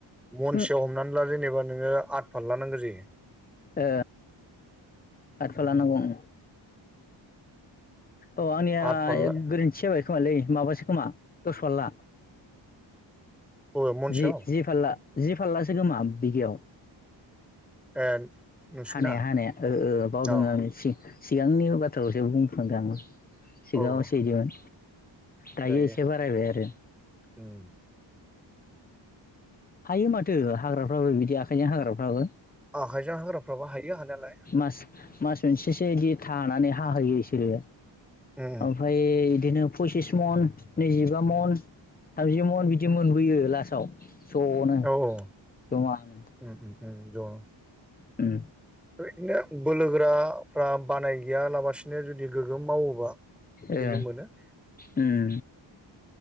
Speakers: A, in the centre; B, on the left (about 20°).
A: मनसेयाव
B: ओ
A: हमनानै ला जेनेबा नोङो आट फाल्ला नांगो जायो।
B: ओ आतफाल्ला नांगौ ओम औ आंनिया
A: आद फारला
B: गोरोन्थि जाबाय खोमालै माबासो खोमा दस फाल्ला
A: बबे महनसेयाव
B: जि जि फालला जि फाललासो खोमा बिगायाव
A: ए नोंसिना
B: हानाया हानाया ओ ओ बावदों
A: औ
B: आङो सि सिगांनि बाथ्राखौसो बुंफ्लांदों आङो। सिगाङाव
A: औ
B: एसैदिमोन दायो
A: जायो
B: एसे बारायबाय आरो
A: उम
B: हायो माथो हाग्राफ्राबो बिदि आखाइजों हाग्राफ्राबो
A: आखाइजों हाग्राफ्राबो हायो हानायालाय
B: मास मास मोनसेसो बिदि थानानै हाहोयो। इसोरो
A: उम
B: ओमफ्राय बिदिनो पसिस मन नैजिबा मन थामजि मन बिदि मोनबोयो लासाव। ज'नो
A: औ औ
B: जमानो
A: उम उम दं
B: उम
A: इफोरबादिनो बोलोगोराफ्रा बानाय गैया लाबासि नो जुदि गोग्गोमावोबा बिदिनो
B: ए
A: मोनो।
B: उम